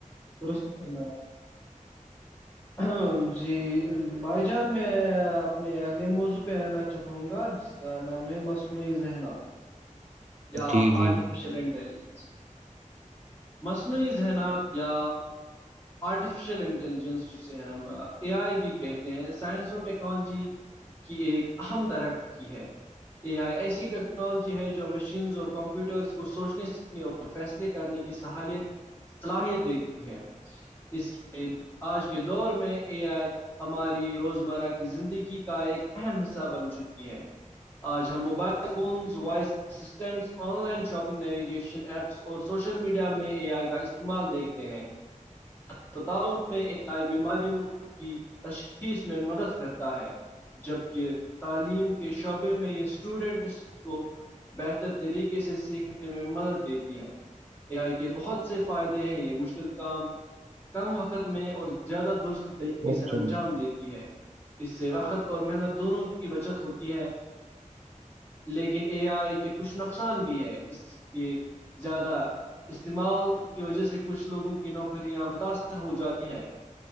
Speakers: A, on the left; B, on the right.
A: درست کرنا ہاں جی بھائی جان میں اپنے اگلے موضوع پہ آنا چاہوں گ ہ گا جس کا نام ہے مصنوعی ذہنات یا
B: جی جی
A: آرٹیف ایشل انلیجنس مصنوعی ذہنات یا آرٹیفیشل انٹیلیجنس جسے ہم اے آئی بھی کہتے ہیں سائنس اور ٹیکنالوجی کی ایک اہم ترقی ہے اے آئی ایسی ٹیکنالوجی ہے جو مشینس اور کمپیوٹرس کو سوچنے سیکھنے اور فیصلے کرنے کی صلاحیت دیتی ہے اس کے آج کے دور میں اے آئی ہماری روزمرہ کی زندگی کا ایک اہم حصہ بن چکی ہے آج ہم mobile phone voice assistant online shopping navigation apps اور سوشل میڈیا میں اے آئی کا استعمال دیکھتے ہیں اسپتالوں میں آئی بیماریوں کی تشخیص میں مدد کرتا ہے جبک تعلیم کے شعبے میں یہ اسٹوڈنٹس کو بہتر طریقے سے سیکھنے میں مدد دیتی ہیں اے آئی کے بہت سے فائدے ہیں یہ مشکل کام کم وقت میں اور زیادہ درست طریقے
B: اوکے
A: سے انجام دیتی ہے اس سے وقت اور محنت دونوں کی بچت ہوتی ہے لیکن اے آئی کے کچھ نقصان بھی ہے کی زیادہ استعمال کی وجہ سے کچھ لوگوں کی نوکری یاں متاثر ہو جاتی ہیں